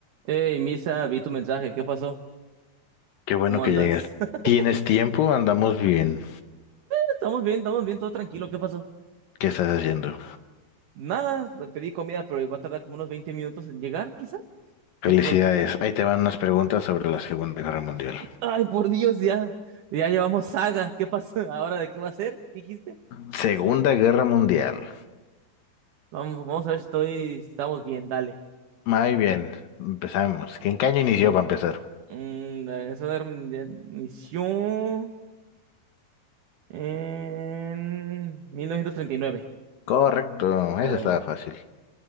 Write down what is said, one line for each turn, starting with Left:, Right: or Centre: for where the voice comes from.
Right: Hey, Misa, vi tu mensaje, ¿qué pasó?
Left: Qué bueno
Right: ¿Cómo
Left: que
Right: andas?
Left: llegas.
Right: <laughs>
Left: ¿Tienes tiempo? Andamos bien.
Right: Estamos bien, estamos bien, todo tranquilo, ¿qué pasó?
Left: ¿Qué estás haciendo?
Right: Nada, pedí comida, pero va a tardar como unos veinte minutos en llegar, quizá. ¿Qué
Left: Felicidades.
Right: pasó?
Left: Ahí te van unas preguntas sobre la Segunda Guerra Mundial.
Right: Ay, por Dios, ya, ya llevamos saga, ¿qué pasó? <laughs> ¿Ahora de qué va a ser? ¿Dijiste?
Left: Segunda Guerra Mundial.
Right: Vamos, vamos a ver si estoy, estamos bien, dale.
Left: Muy bien. Empezamos. ¿En qué año inició para empezar?
Right: Mm, la Segunda Guerra Mundial inició en 1939
Left: Correcto. Eso
Right: a huevo.
Left: estaba fácil.